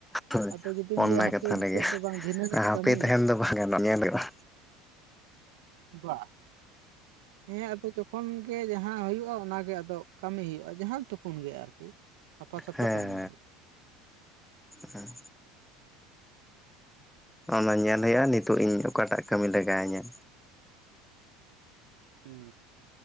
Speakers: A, in the centre; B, on the right.
A: ᱦᱳᱭ
B: ᱟᱫᱚ ᱡᱩᱫᱤᱢ
A: ᱚᱱᱟ
B: ᱞᱟᱹᱭᱟ ᱦᱟᱯᱮ
A: ᱠᱟᱛᱷᱟ
B: ᱱᱤᱛᱚᱜ
A: ᱨᱮᱜᱮ
B: ᱫᱚ ᱵᱟᱝ ᱵᱷᱤᱱᱟᱹᱱ
A: ᱦᱟᱯᱮ
B: ᱤᱧ ᱠᱟᱹᱢᱤᱭᱟ᱾
A: ᱛᱟᱦᱮᱱ ᱫᱚ ᱵᱟᱝ ᱜᱟᱱᱚᱜ ᱧᱮᱞ ᱦᱩᱭᱩᱜᱼᱟ
B: ᱵᱟ <unintelligible> ᱦᱮᱸ ᱟᱫᱚ ᱡᱚᱠᱷᱚᱱ ᱜᱮ ᱡᱟᱦᱟᱸ ᱦᱩᱭᱩᱜᱼᱟ ᱚᱱᱟᱜᱮ ᱟᱫᱚ ᱠᱟᱹᱢᱤ ᱦᱩᱭᱩᱜᱼᱟ ᱡᱟᱦᱟᱱ ᱴᱩᱠᱩᱱ ᱜᱮ ᱟᱨᱠᱤ। ᱥᱟᱯᱷᱟ ᱥᱟᱹᱯᱷᱤ
A: ᱦᱮᱸᱻ
B: ᱠᱟᱹᱢᱤ ᱦᱩᱭᱩᱜᱼᱟ
A: ᱦᱮᱸ ᱚᱱᱟ ᱧᱮᱞ ᱦᱩᱭᱩᱜᱼᱟ ᱱᱤᱛᱚᱜ ᱤᱧ ᱚᱠᱟᱴᱟᱜ ᱠᱟᱹᱢᱤ ᱞᱟᱜᱟᱣ ᱤᱧᱟᱹ।
B: ᱦᱮᱸ